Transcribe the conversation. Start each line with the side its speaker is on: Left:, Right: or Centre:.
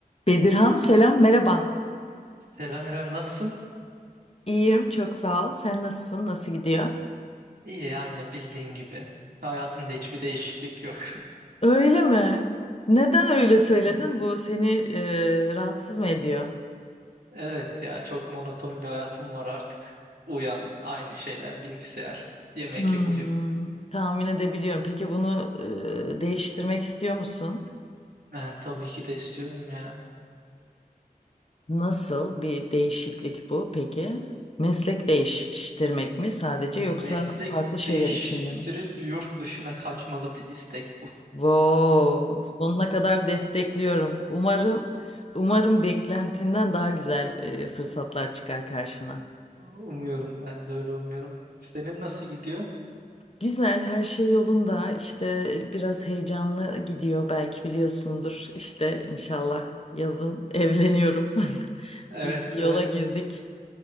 Left: Bedirhan selam merhaba.
Right: Selam İrem, nasılsın?
Left: İyiyim çok sağ ol. Sen nasılsın? Nasıl gidiyor?
Right: İyi yani bildiğin gibi. Hayatımda hiçbir değişiklik yok.
Left: Öyle mi? Neden öyle söyledin?
Right: <laughs>
Left: Bu seni e, rahatsız mı ediyor?
Right: Evet ya çok monoton bir hayatım var artık. Uyan, aynı şeyler, bilgisayar, yemek
Left: Hmm,
Right: ye, uyu.
Left: tahmin edebiliyorum. Peki bunu e, değiştirmek istiyor musun?
Right: Ben tabii ki de istiyorum ya.
Left: Nasıl bir değişiklik bu peki? Meslek değiştirmek mi sadece
Right: Meslek
Left: yoksa farklı şeyler
Right: değiştirip
Left: içinde mi?
Right: yurt dışına kaçmalı bir istek bu.
Left: Wow, sonuna kadar destekliyorum. Umarım, umarım beklentinden daha güzel e, fırsatlar çıkar karşına.
Right: <laughs> Umuyorum ben de öyle umuyorum. Senin nasıl gidiyor?
Left: Güzel, her şey yolunda. İşte e, biraz heyecanlı gidiyor, belki biliyorsundur. İşte inşallah yazın evleniyorum. <laughs>
Right: Evet
Left: Bir yola
Right: evet
Left: girdik.